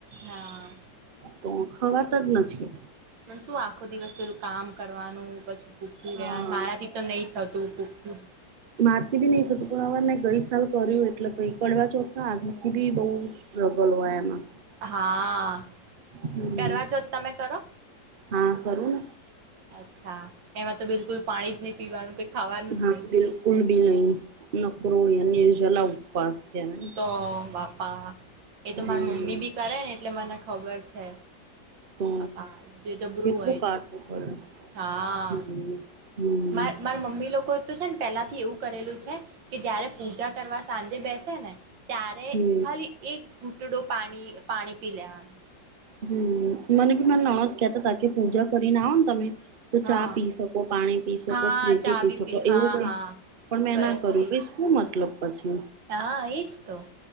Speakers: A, on the right; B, on the right.
A: હા
B: તો ખવારત જ નથી
A: પણ શું આખો દિવસ પેલું કામ કરવાનું પછી ભૂખું
B: હા
A: રહ્યા મારાથી તો નહી થતું ભૂખ હમ.
B: મારતી બી નઈ છ તો હવેને ગઈ સાલ કર્યું એટલે પકડવા ચોતા આગથી બી બહુ સ્ટ્રગલ હોય એમાં
A: હા
B: હમ
A: કરવા છો જ તમે કરો
B: હા કરું
A: અચ્છા એમાં તો બિલકુલ પાણી જ નહી પીવાનું કઈ ખાવાનું જ
B: હા
A: નહી
B: બિલકુલ બી નહી નકરો જલા ઉપવાસ કહેવાય
A: તો બાપા એ તો
B: હમ
A: માર મમ્મી બી કરે ને એટલે મને ખબર છે.
B: તો
A: ા જે જબરું
B: કેટલું
A: હોય
B: કાઠવું
A: તો
B: પડે
A: હા
B: હમ હમ
A: મા મારા મમ્મી લોકો તો છે ને પેલા થી એવું કરેલું છે કે જયારે પૂજા કરવા સાંજે બેસે ને ત્યારે
B: હમ
A: ખાલી એક ઘૂટડો પાણી પાણી પી લેવાનો
B: હમ મને બી મ નણો કતા તા કે પૂજા કરીને આવો ને તમે તો
A: હા
B: ચા પી શકો પાણી પી શકો
A: હા
B: ફ્રૂટી
A: ચા
B: પી
A: બી
B: શકો
A: હા
B: એવું કઈ
A: હા
B: પણ મેં
A: કયો
B: ના કર્યું
A: થઈ
B: ક શું
A: હમ
B: મતલબ પછી
A: હા એજ તો